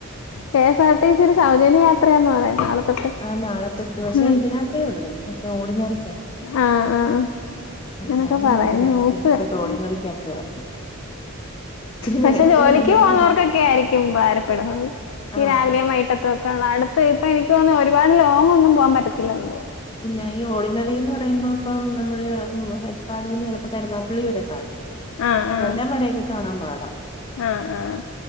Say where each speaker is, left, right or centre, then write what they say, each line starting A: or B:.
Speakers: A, on the left; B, on the left.
A: കെഎസ് ആർ ടി സി യിൽ സൗജന്യയാത്ര എത്രയാന്ന് പറയുന്ന് നാളെ തൊട്ട്
B: ആ നാളെത്തെട്ട് പക്ഷേ
A: ഉം
B: ഇതിനാത്തേ ഉള്ളു മറ്റേ ഓർ ഓർഡിനറികാത്ത്
A: ആഹ് ആഹ് അങ്ങനൊക്കെ
B: ഞാനിങ്ങനെ
A: പറയുന്നു
B: വിചാരിക്കുവാ
A: ന്യൂസ്
B: ഇനി തൊട്ട് ഓർഡിനറിക്കാത്ത് കേറണം ഇച്ചിരി
A: പക്ഷെ
B: നേരത്തെ
A: ജോലിക്ക്
B: ഇറങ്ങിക്കൊണ്ട്
A: പോകുന്നവർക്കൊക്കെ ആയിരിക്കും ഉപകാരപ്പെടുന്നത്
B: ആഹ്
A: ഈ രാവിലെയും വൈകിട്ടത്തൊക്കെയുള്ള അടുത്ത് ഇപ്പൊ എനിക്ക് തോനുന്നു ഒരുപാട് ലോങ് ഒന്നും പോകാൻ പറ്റത്തില്ലന്ന് തോനുന്നു
B: ഇല്ല ഈ ഓർടിനറിന്ന് പറയുമ്പോ ഇപ്പം നമ്മള് പാടൂന്ന് ചിലപ്പോ കരുനാപ്പള്ളി വരെ കാണും
A: ആഹ് ആഹ്
B: കൊല്ലം വരയൊക്കെ കാണാൻ പാടാ
A: ആഹ് ആഹ്